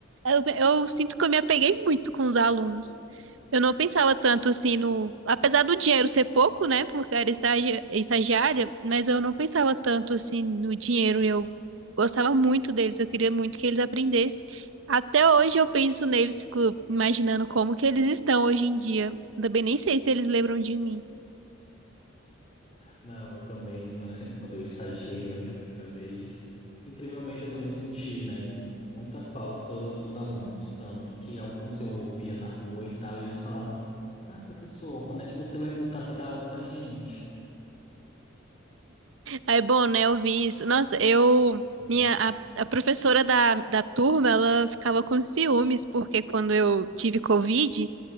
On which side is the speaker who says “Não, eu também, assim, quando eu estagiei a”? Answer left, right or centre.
Left